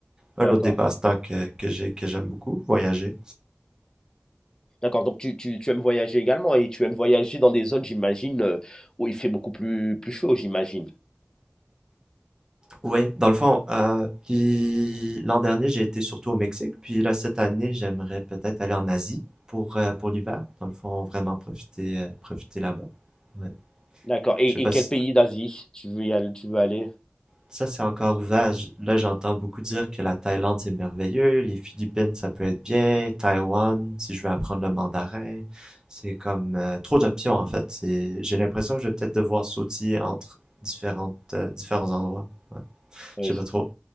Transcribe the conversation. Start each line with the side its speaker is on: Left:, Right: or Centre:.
Right: Un
Left: D'accord,
Right: autre dépasse-temps que, que j'ai, que j'aime beaucoup, voyager.
Left: d'accord, donc tu tu tu aimes voyager également et tu aimes voyager dans des zones, j'imagine, heu, où il fait beaucoup plus plus chaud, j'imagine?
Right: Oui, dans le fond, euh, puis l'an dernier, j'ai été surtout au Mexique, puis là, cette année, j'aimerais peut-être aller en Asie pour, euh, pour l'hiver. Dans le fond, vraiment profiter, euh, profiter là-bas. Ouais.
Left: D'accord et
Right: Je sais pas
Left: et quel
Right: si
Left: pays d'Asie tu veux y aller tu veux aller?
Right: ça, c'est encore ouvert. J- Là, j'entends beaucoup dire que la Thaïlande, c'est merveilleux, les Philippines, ça peut être bien, Taïwan, si je veux apprendre le mandarin. C'est comme euh, trop d'options, en fait. C'est, j'ai l'impression que je vais peut-être devoir sautiller entre différentes, euh, différents endroits.
Left: Ouais,
Right: Je sais
Left: je-
Right: pas trop.